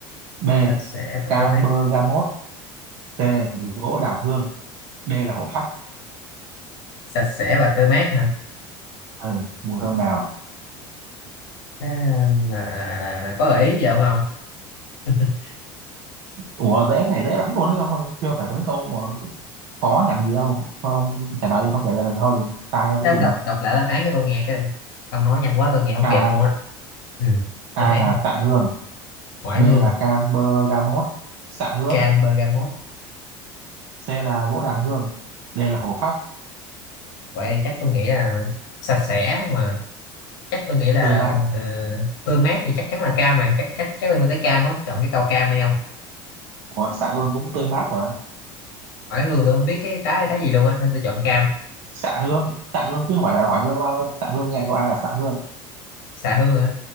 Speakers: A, on the right; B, on the left.
A: B.
B: sạch sẽ và
A: Camergamot
B: tươi mát
A: C. Gỗ đàn hương D là hổ phách
B: sạch sẽ và tươi mát hả
A: ừ, mùi hương nào
B: Cái- là là là nè. có gợi ý gì không ông <laughs>
A: Ủa dễ cái này dễ lắm luôn đấy ông ơi Chưa phải có mấy câu mà khó nhằn gì đâu Thôi ông trả lời đi không trả lời là thôi Sai không có
B: thế
A: gì
B: ông đọc
A: đâu
B: đọc lại đáp án cho tôi nghe cái đi ông nói nhanh quá tôi nghe không
A: A.
B: kịp luôn á ừ
A: A
B: đáp án
A: là
B: nè.
A: xạ hương
B: ngoại
A: B
B: hương
A: là Camergamot Xạ hương
B: cam bergamot
A: C là gỗ đàn hương D là hồ phách
B: vậy chắc tôi nghĩ là sạch sẽ mà chắc tôi nghĩ là
A: tươi mát
B: ờ, tươi mát thì chắc chắn là cam mà chắc chắc chắc liên quan tới cam á chọn cái câu cam đây không
A: Ủa xạ hương cũng tươi mát mà
B: ngoại hương tôi không biết cái trái là trái gì luôn á nên tôi chọn cam
A: Xạ hương Xạ hương chứ không phải là oải hương ba ơi Xạ hương nha câu A là xạ hương
B: xạ hương á